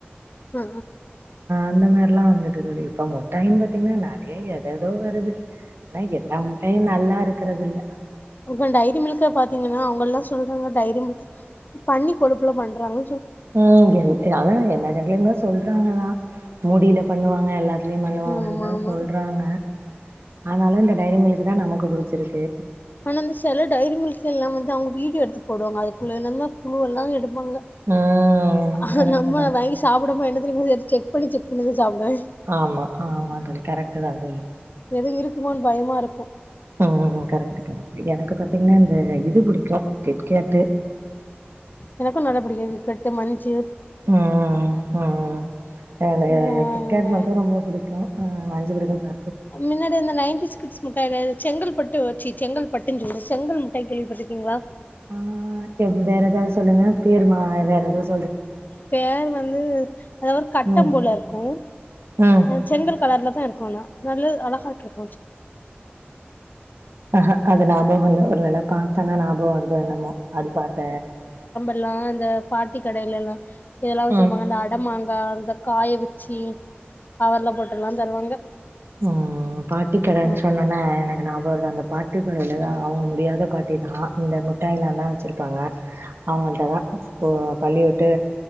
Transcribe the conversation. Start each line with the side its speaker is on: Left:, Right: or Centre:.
Left: ஆ
Right: அந்தமேரில்லா வந்துட்டு தோழி இப்ப முட்டாயினு பத்தீங்ன்னா நறைய எதேதோ வருது ஆனா‌ எல்லா முட்டாயு நல்லாரு க்குறதுல்ல
Left: ம்ஹூம் டைரி மில்க்க பாத்தீங்கன்னா அவுங்கல்லா சொல்றாங்க டைரி மில்க் பன்னி கொழுப்புல பண்றாங்க
Right: ம் எல் அதா எல்லா சாக்லேட்டுமே சொல்றாங்கதா முடில பண்ணுவாங்க எல்லாத் திலையு பண்ணுவாங்கன்னுதா
Left: ஆமா ஆமா
Right: சொல்றாங்க ஆனாலு இந்த டைரி மில்க்கு தா நமக்கு புடுச்சிருக்கு
Left: ஆனா இந்த செல டைரி மில்க்கு எல்லா வந்து அவுங்க வீடியோ எடுத்து போடுவாங்க அதுக்குள்ள என்னானமோ புழுவெல்லா எடு ஆமாங்க,
Right: ம்
Left: அ
Right: கரெக்ட்டு
Left: நம்ம
Right: தா
Left: வாங்கி சாப்புடமா என்ன தெரியுமா செய்றது செக் செக் பண்ணி செக் பண்ணிதா சாப்பிடுவே
Right: ஆமா, ஆமா தோழி கரெக் ட்டுதா தோழி
Left: எதுவு இருக்குமான்னு பயமா இருக்கு
Right: ம், ம் கரெக்ட் கரெக்ட் எனக்கு பாத்தீங்கன்னா இந்த இது புடிக்கு கிட்கேட்டு
Left: எனக்கு நல்லா புடிக்கு கிட்கேட்டு மஞ்ச்சு
Right: ம், ம் எனக்கு
Left: அப்புறோ வேற
Right: கிட்கேட்
Left: என்ன
Right: மட்டு ரொம்ப புடிக்கும் அ வஞ்சு குடிக்கு பா
Left: மின்னாடி அந்த நைன்டிஸ் கிட்ஸ் முட்டாய் செங்கல்பட்டு வச்சி செங்கல்பட்டுன்னு சொல்றே செங்கல் முட்டாய்ன்னு கேள்விப்பட்டு இருக்கீங்களா
Right: ஆஹ் <unintelligible> வேற ஏதாவது சொல்லுங்க பேரு வேற ஏதாவது
Left: பேர் வந்து அதாவது கட்டம்
Right: ம்
Left: போல இருக்கும்
Right: ம்
Left: செங்கல் கலர்ல தா இருக்கும் ஆனா நல்ல அழகாய்ட்டுருக்கு
Right: ஆஹன் அது ஞாபகம் இல்ல ஒருவேள பாத் தன நாபோ வருத் தோ எண்ணமோ அது பாக்க
Left: ல்லாம் இந்த பாட்டி கடையில எல்லா இதெல்லா வச்சுருப்பாங்க
Right: ம்
Left: அந்த அட மாங் காய் அந்த காய வெச்சு கவர்லா போட்டல்லா தருவாங்க
Right: உம் பாட்டி கடைன்னு
Left: ம்
Right: சொன்னேன்ன எனக்கு நாபக வருது அந்த பாட்டிக்கடைலதா அவுங்க முடியாத பாட்டி தா இந்த மிட்டாயேல்லா வச்சிருப்பாங்க அவங்கள்ட்ட தா ப பள்ளி விட்டு